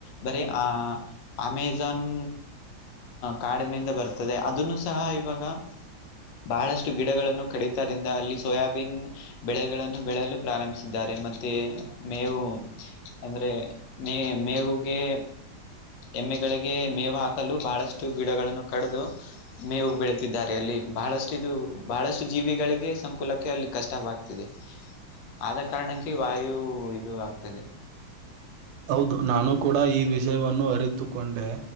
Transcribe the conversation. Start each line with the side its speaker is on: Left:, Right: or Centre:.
Left: ಬರೆ ಆ ಆಮೇ ಜನ್ ಕಾಡಿನಿಂದ ಬರ್ತದೆ ಅದನ್ನು ಸಹ ಇವಾಗ ಬಹಳಷ್ಟು ಗಿಡಗಳನ್ನು ಕಡಿತದಿಂದ ಅಲ್ಲಿ ಸೋಯಾಬೀನ್ ಬೆಳೆಗಳನ್ನು ಬೆಳೆಯಲು ಪ್ರಾರಂಭಿಸಿದ್ದಾರೆ ಮತ್ತೆ ಮೇವು ಅಂದ್ರೆ ಮೇ ಮೇವುಗೆ ಎಮ್ಮೆ ಗಳಿಗೆ ಮೇವು ಹಾಕಲು ಬಹಳಷ್ಟು ಗಿಡಗಳನ್ನು ಕಡದು ಮೇವು ಬೆಳತಿದ್ದಾರೆ ಅಲ್ಲಿ ಬಹಳಷ್ಟು ಇದು ಬಹಳಷ್ಟು ಜೀವಿಗಳಿಗೆ ಸಂಕುಲಕ್ಕೆ ಅಲ್ಲಿ ಕಷ್ಟವಾಗ್ತ ತ್ತಿದೆ ಆದ್ ಕಾರಣಕ್ಕೆ ವಾಯು ಇದು ಆಗ್ತಾಯಿದೆ
Right: ಹೌದು ನಾನು ಕೂಡ ಈ ವಿಷಯವನ್ನು ಅರಿತುಕೊಂಡೆ